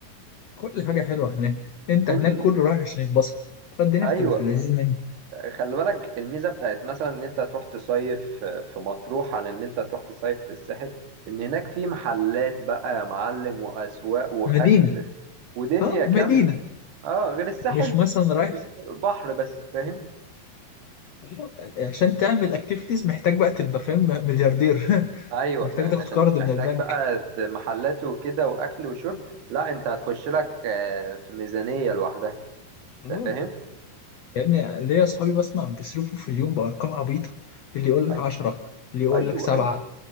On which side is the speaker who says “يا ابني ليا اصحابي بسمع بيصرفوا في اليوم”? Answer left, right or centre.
Left